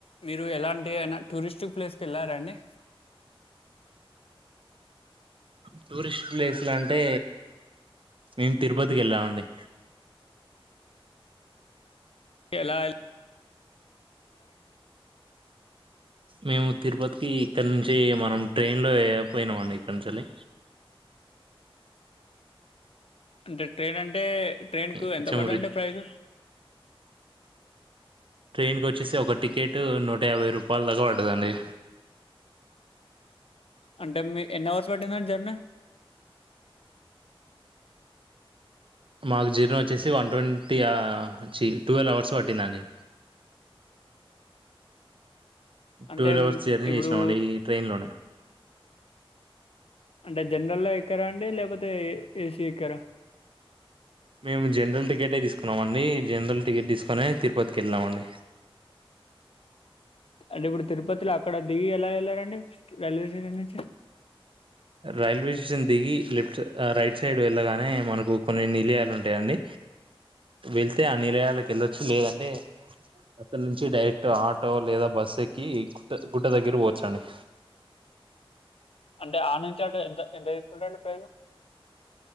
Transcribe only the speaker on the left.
మీరు ఎలాంటి అయినా టూరిస్టు ప్లేస్కి వెళ్ళారాండి
ఎలా ఎార
అంటే ట్రైన్ అంటే ట్రైన్ కు
ఎంత పడదంటడి ప్రైజ
అంటే మీ ఎన్ని వర్స పట్టిందం జర్నీ
అంటే
మ్,
ఇప్పుడు
అంటే జనరల్ ఎక్కరా అండి లేకపోతే ఏసీ ఎక్కరా
అంటే ఇప్పుడు తిరుపతిలో అక్కడ దిగి ఎలా వెళ్లారంండి రైల్వే స్టేషన్ నుంచి
అంటే ఆ నుంచి ఆట ఎంత ఎంత తీసుకుంటారండి ప్రయోజనం